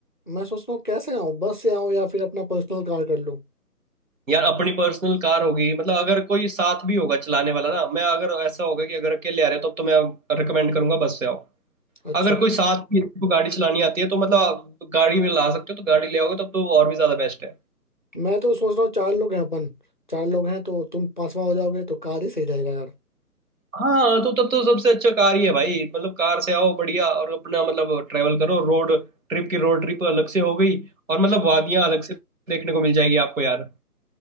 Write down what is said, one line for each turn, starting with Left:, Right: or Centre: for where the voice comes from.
Left: मैं सोच रहा हूँ कैसे आऊँ बस से आऊँ या फिर अपना पर्सनल कार कर लूँ
Right: यार अपनी पर्सनल कार होगी मतलब अगर कोई साथ भी होगा चलाने वाला ना मैं अगर ऐसा होगा कि अगर अकेले आ रहे हो तब तो मैं रिकमेंड करूंगा बस से आओ
Left: अच्छा
Right: अगर कोई साथ में किसी को गाड़ी चलानी आती है तो मतलब आप गाड़ी में ला सकते हो तो गाड़ी ले आओगे तब तो और भी ज्यादा बेस्ट है
Left: मैं तो सोच रहा हूँ चार लोग हैं अपन चार लोग हैं तो तुम पांचवा हो जाओगे तो कार ही सही रहेगा यार
Right: हाँ तो तब तो सबसे अच्छा कार ही है भाई मतलब कार से आओ बढ़िया और अपना मतलब ट्रैवल करो रोड ट्रिप की रोड ट्रिप अलग से हो गई और मतलब वादियां अलग से देखने को मिल जाएगी आपको यार